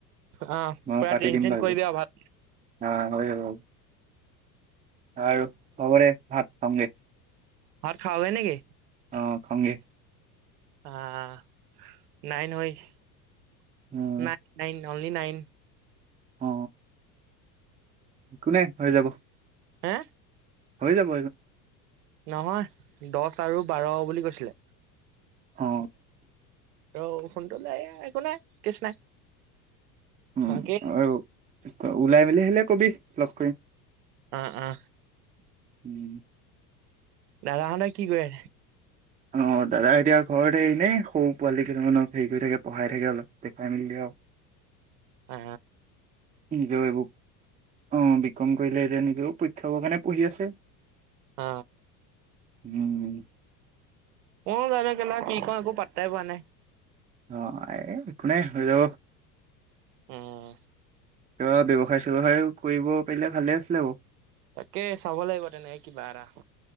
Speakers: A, on the right (about 70°); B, on the right (about 15°).
A: আহ
B: ম
A: পুৰা
B: পাতি
A: ট্ৰেইন
B: দিম
A: চেইন
B: বাৰো
A: কৰিবি আৰু ভাত
B: অ' হৈ যাব। আৰু হবদে ভাত খাঙগে।
A: ভাত খাওঁগে নেকি।
B: অ' খংগে।
A: অ' নাইন হৈ <inaudible>
B: উম
A: নাই নাই ন। Only nine.
B: অ। কোনে হৈ যাব।
A: হা।
B: হৈ যাব।
A: নহয় দহ আৰু বাৰ বুলি কৈছিলে।
B: অ।
A: অ সুটোলৈ একো নাই কষ্ নাই।
B: উম
A: বাকী
B: আৰু। ওলাই মেলি হলে কবি প্ল।
A: উম উ।
B: উম।
A: ন ৰা ন কি কৰে।
B: অ' দাদা এতিয়া ঘৰত হৰিনেে সৰু পোৱালি কেইানক হেৰি কৰি থাকে পঢ়াই থাকে অলপ দেখাই মেলে আৰু।
A: উ।
B: জবুক অ। কম কৰিলে এতিয়া নেকি পৰীক্ষ কাৰণে পঢ়ি আছে।
A: অ
B: উম।
A: অ' জানো <unintelligible> কো পাত্তাই পোৱা নাই।
B: অ' একোনোই হৈ যাব
A: উম।
B: কিবা ব্যৱসায় চ্ৱসায় কৰিব পাৰিলে ভালে আছিলে বৌ।
A: তাকে চাব লাগিব তেনেকে কিবা এৰা